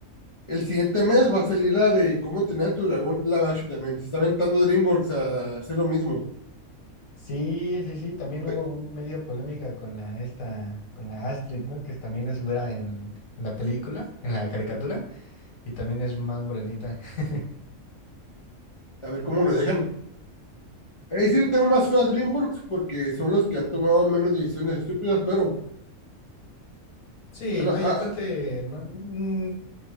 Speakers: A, on the left (about 35°); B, on the left (about 70°).
A: el siguiente mes va a salir la de cómo entrenar a tu dragón live action también. Se está aventando DreamWorks a hacer lo mismo.
B: Sí, sí, sí, también
A: Pe-
B: hubo un- media polémica con la esta, con la Astrid, ¿no? Que también es güera en, en la película, en la caricatura, y también es más morenita. <laughs>
A: A ver cómo lo dejan. Ahí sí le tengo más fe a DreamWorks porque son los que han tomado menos decisiones estúpidas, pero,
B: Sí,
A: pero,
B: no, y
A: ah,
B: aparte, no, mm,